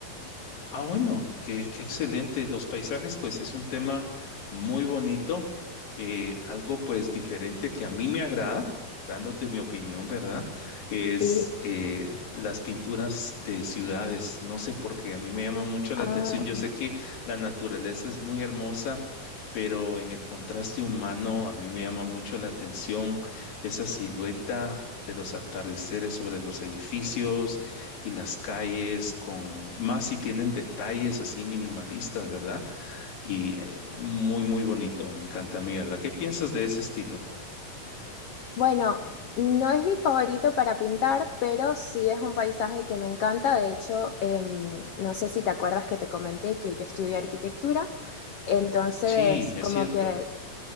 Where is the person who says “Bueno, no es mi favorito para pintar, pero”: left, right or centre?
Left